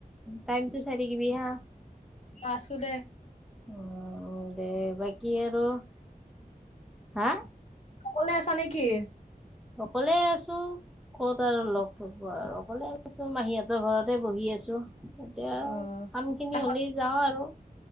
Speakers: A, in the centre; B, on the left.
A: টাইমটো চাই থাকিবি হা
B: আছোদে।
A: অ' দে বাকি আৰু হা।
B: ক'বলৈ আছা নেকি।
A: অকলে আছো ক'ত আৰু লগ থব আৰু অকলে আছো। মাহীহঁতৰ ঘৰতে বহি আছো। এতিয়া
B: অ
A: কাম খিনি
B: কাষত
A: হ'লে যাওঁ আৰু।